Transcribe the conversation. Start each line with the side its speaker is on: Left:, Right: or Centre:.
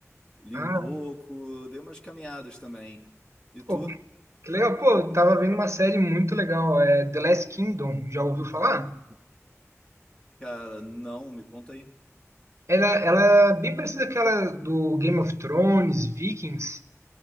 Left: li
Right: Ah,
Left: um pouco, dei umas caminhadas também. E tu?
Right: pô, que legal. Pô, eu tava vendo uma série muito legal, é The Last Kingdom. Já ouviu falar?
Left: Cara, não, me conta aí.
Right: Ela, ela é bem parecida com aquela do Game of Thrones, Vikings.